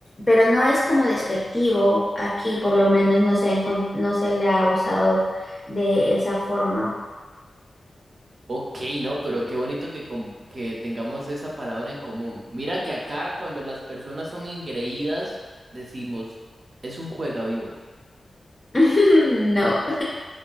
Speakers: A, on the left; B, on the right.
A: pero no es como despectivo, aquí por lo menos no se ha encon- no se le ha usado de esa forma.
B: Ok, no, pero qué bonito que, com- que tengamos esa palabra en común. Mira que acá cuando las personas son engreídas, decimos, es un juega vivo.
A: <laughs> No.